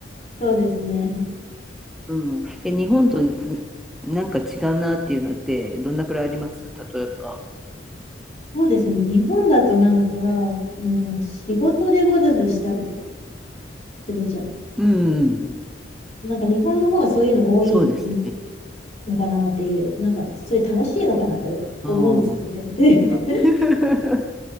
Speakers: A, on the left (about 40°); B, in the centre.
A: そうですね。
B: うん。え、日本とんなんか違うなっていうのってどんなくらいあります例えば。
A: そうですね。日本だとなんか、あの、仕事でゴルフしたりとかするじゃない。
B: うんうん、
A: なんか、日本の方がそういうの多い
B: そうですね。
A: のかなっていう、なんか、それ楽しいのかなって思うんですけどね。
B: おー、
A: <laughs>
B: うん。<laughs>